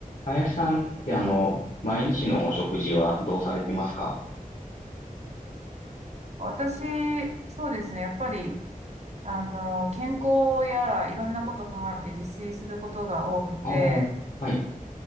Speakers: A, on the left (about 60°); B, on the right (about 50°).
A: 林さんってあの、毎日のお食事はどうされてますか
B: 私、そうですね。やっぱり、あの、健康やらいろんなことを考えて自炊することが多くて、
A: ああー、はい、